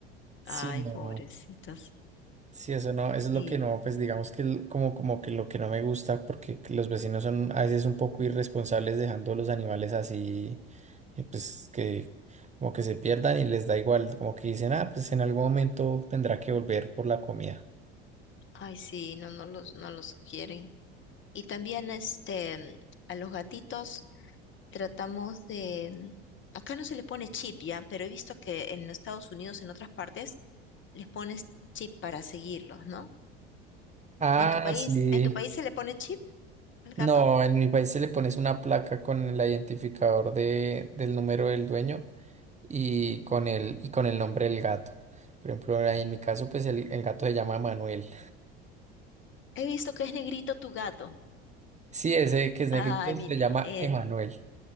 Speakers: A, on the right; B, on the left.
A: sí,
B: ay,
A: no.
B: pobrecitas.
A: Sí, eso no, eso es lo
B: Y,
A: que no, pues digamos que el- como, como que lo que no me gusta, porque que los vecinos son a veces un poco irresponsables dejando los animales así, eh, pues que como que se pierdan y les da igual, como que dicen, ah, pues en algún momento tendrá que volver por la comida.
B: ay, sí, no, no los, no los quieren. Y también, este, a los gatitos tratamos de, acá no se le pone chip ya, pero he visto que en Estados Unidos, en otras partes, les pones chip para seguirlos, ¿no?
A: Ah,
B: ¿En tu país,
A: sí.
B: en tu país se Sí. le pone chip al gato?
A: No, en mi país se le pones una placa con el identificador de, del número del dueño y con el, y con el nombre del gato. Por ejemplo, ahí en mi caso, pues el, el gato se llama Manuel.
B: He visto que es negrito tu gato.
A: Sí, ese que es negrito
B: Ah,
A: se
B: Sí. mire,
A: llama
B: eh,
A: Emanuel.